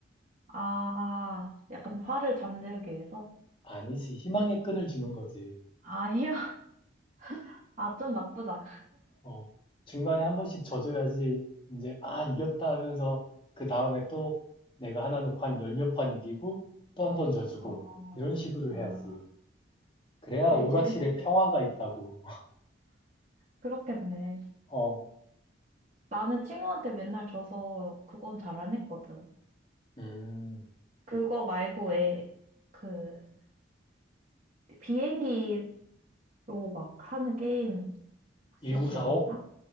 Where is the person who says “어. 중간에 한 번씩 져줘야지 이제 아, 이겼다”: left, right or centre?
Left